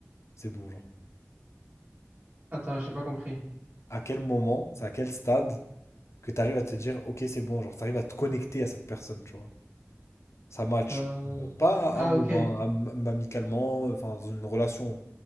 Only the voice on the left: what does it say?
c'est bon, genre.
À quel moment, c'est à quel stade que tu arrives à te dire, ok, c'est bon, genre, tu arrives à te connecter à cette personne, tu vois? Ça match.
Bon, pas
amour,
hein, am- am- amicalement, enfin, dans une relation.